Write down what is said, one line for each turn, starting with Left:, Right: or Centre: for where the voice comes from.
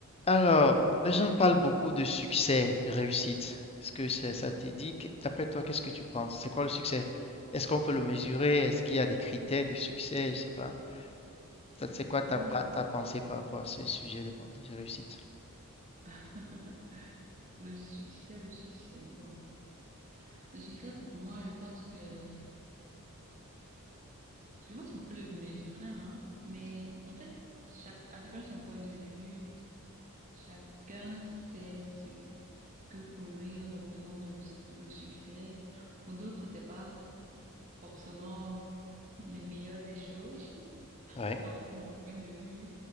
Left: Alors, les gens parlent beaucoup de succès, de réussite. Est-ce que ça, ça t'est dit? Que- D'après toi, qu'est-ce que tu penses? C'est quoi le succès? Est-ce qu'on peut le mesurer? Est-ce qu'il y a des critères de succès? Je sais pas. Ça, C'est quoi ta,
Right: Hmm.
Left: pa- ta pensée par rapport à ce sujet de, de réussite?
Right: <laughs> Le succès, le succès. Bon, le succès pour moi, je pense que je pense qu'on peut le mesurer, hein. Mais en fait, chaque à chacun son point de vue, chacun sait ce que pour lui représente le, le succès. Pour d'autres, c'est pas forcément les meilleures des choses.
Left: Ouais.
Right: Bon, ça, c'est mon point de vue.